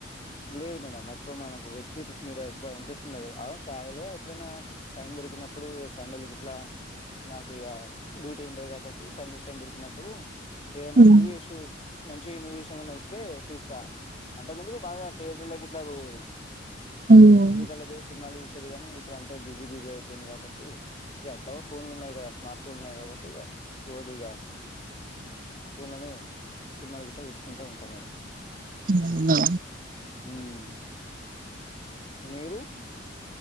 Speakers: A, on the left; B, on the right.
A: లేదు మేడం ఎక్కువ మనకు వెబ్ సిరీస్ మీద ఎక్కువ ఇంట్రెస్ట్ ఉండదు. క్యాజవలుగా ఎప్పుడైనా టైం దొరికినప్పుడు సండేలకి ఇట్లా నాకు ఇక డ్యూటీ ఉంటది కాబట్టి సండేస్ టైమ్ దొరికినప్పుడు ఏ నాన్న
B: మ్మ్.
A: ఉఊవసు మంచి మూవీస్ నూస్తే చూస్తా అంట ముందుకు బాగా థియేటర్లకి ఇట్లా పోయిే
B: మ్మ్.
A: థియేటర్లో పోయి సినిమాలు చూసేది కానీ ఇప్పుడు అంతా బిజీ బిజీ అయిపోయింది కాబట్టి ఇక ఎట్లాగో ఫోన్లు ఉన్నాయి కదా స్మార్ట్ ఫోన్లు ఉన్నాయి కాబట్టి ఇక డోరీ ఇక ఫోన్లోనే సినిమాల గ ఇట్లా చూసుకుంటూ ఉంటాం మేడం
B: ఉన్నా
A: హ్మ్ మీరు